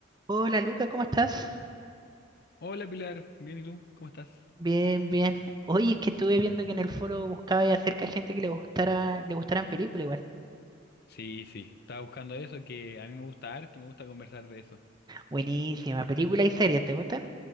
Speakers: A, on the right; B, on the left.
A: Hola Luca, ¿cómo estás?
B: Hola Pilar, bien y tú, ¿cómo estás?
A: Bien, bien. Oye, es que estuve viendo que en el foro buscaba y acerca de gente que le gustara, le gustaran películas igual.
B: Sí, sí, estaba buscando eso, que a mí me gusta arte, me gusta conversar de eso.
A: Buenísima, película y series, ¿te gustan?